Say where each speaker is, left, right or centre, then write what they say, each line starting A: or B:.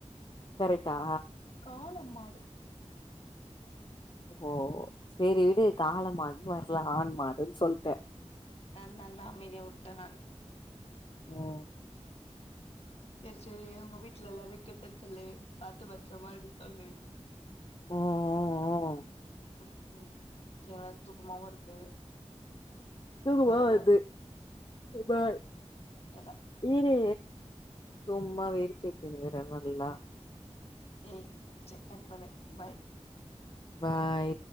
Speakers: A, on the left (about 40°); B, on the left (about 60°).
A: கரெக்டா
B: காள மாடு
A: ஓ சேரி விடு காளமாடுன் வர்ல ஆண் மா டுன் சொல்ட்டே
B: அத்னால தா அமைதியா வுட்டே நானு
A: ஓ
B: சேர் சேரி ஒங்க வீட்ல எல்லாரையு கேட்டேன் சொல்லு பாத்து பத்ரமா இருக்க சொல்லு
A: <inaudible>
B: ம் எனக்கு வேற தூக்கமா வருது
A: தூக்கம்மா
B: பாய்
A: வருது
B: பாய்
A: செரி பாய்
B: டாடா
A: இரு சும்மா வெறுப்பேத்தின்னுக்குற நல்லா
B: ம் சே கட் பண்ணு பாய்
A: பாய்